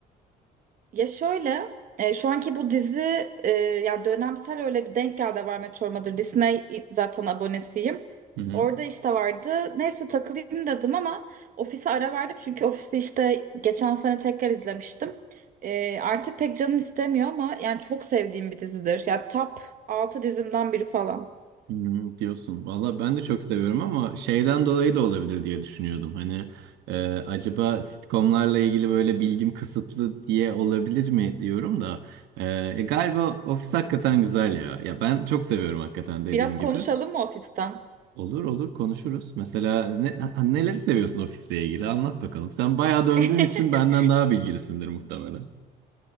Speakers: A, on the right; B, on the right.
A: Ya şöyle, e, şu anki bu dizi e, ya dönemsel öyle bir denk geldi var Meteor Mother. Disney zaten abonesiyim.
B: mi?
A: Orada işte vardı. Neyse takılayım dedim ama ofise ara verdim. Çünkü ofisi işte geçen sene tekrar izlemiştim. E, artık pek canım istemiyor ama yani çok sevdiğim bir dizidir. Ya top 6 dizimden biri falan.
B: Hmm, diyorsun. Valla ben de çok seviyorum ama şeyden dolayı da olabilir diye düşünüyordum. Hani e, acaba sitcomlarla ilgili böyle bilgim kısıtlı diye olabilir mi diyorum da E, e, galiba Office hakikaten güzel ya. Ya ben çok seviyorum hakikaten dediğim
A: Biraz konuşalım
B: gibi.
A: mı ofisten?
B: Olur olur konuşuruz. Mesela ne, ha- neleri seviyorsun Office'le ilgili? Anlat bakalım. Sen bayağı döndüğün
A: <laughs>
B: için benden daha bilgilisindir muhtemelen.